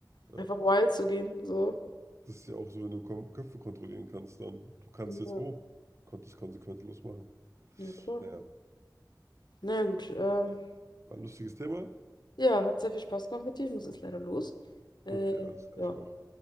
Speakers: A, on the right; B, on the left.
A: Äh,
B: einfach wild zu gehen. So.
A: Das ist ja auch so, wenn du Kom Köpfe kontrollieren kannst, dann du kannst
B: Ja,
A: jetzt, oh, konntest konsequenzlos machen.
B: ja klar.
A: Naja,
B: Na naja, gut. Ähm,
A: war ein lustiges Thema.
B: ja, hat sehr viel Spaß gemacht mit dir. Ich muss jetzt leider los. Äh,
A: Okay, alles gleich
B: ja.
A: auch.